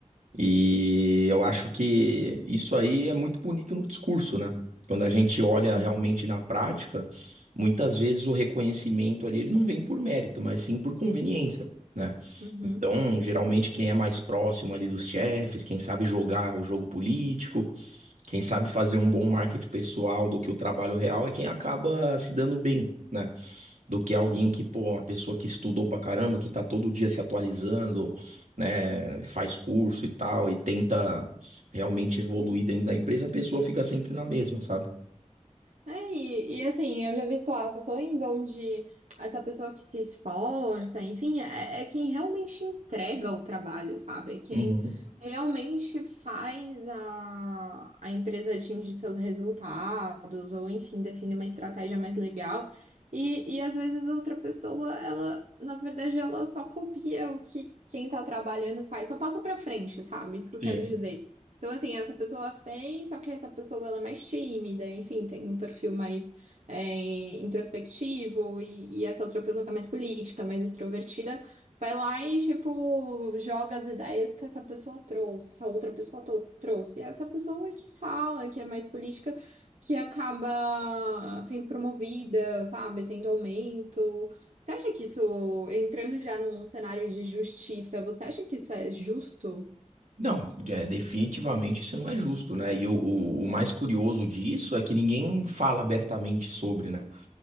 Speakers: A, on the right (about 80°); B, on the right (about 70°).
A: E eu acho que isso aí é muito bonito no discurso, né? Quando a gente olha
B: Uhum,
A: realmente na prática, muitas vezes o reconhecimento ali ele não vem por mérito, mas sim por conveniência, né?
B: uhum,
A: Então, geralmente quem é mais próximo ali dos chefes, quem sabe jogar o jogo político, quem sabe fazer um bom marketing pessoal do que o trabalho real é quem acaba se dando bem. né? do que alguém
B: sim.
A: que, pô, uma pessoa que estudou pra caramba, que tá todo dia se atualizando, né, faz curso e tal, e tenta realmente evoluir dentro da empresa, a pessoa fica sempre na mesma, sabe?
B: É, e, e, assim, eu já vi situações onde essa pessoa que se esforça, enfim, é, é quem realmente entrega o trabalho, sabe? É quem
A: Uhum,
B: realmente faz a, a empresa atingir seus resultados, ou enfim, define uma estratégia mais legal. E, e às vezes a outra pessoa, ela, na verdade, ela só copia o que quem tá trabalhando faz, só passa pra frente, sabe? Isso que eu
A: sim.
B: quero dizer. Então, assim, essa pessoa fez, só que essa pessoa ela é mais tímida, enfim, tem um perfil mais é, introspectivo, e, e essa outra pessoa que é mais política, mais extrovertida, vai lá e, tipo, joga as ideias que essa pessoa trouxe, essa outra pessoa tos- trouxe. E essa pessoa que fala, que é mais política, que acaba sendo promovida, sabe, tendo aumento. Você acha que isso, entrando já num cenário de justiça, você acha que isso é justo?
A: Não, é, definitivamente isso não é justo, né? E o, o, o mais curioso disso é que ninguém fala abertamente sobre, né?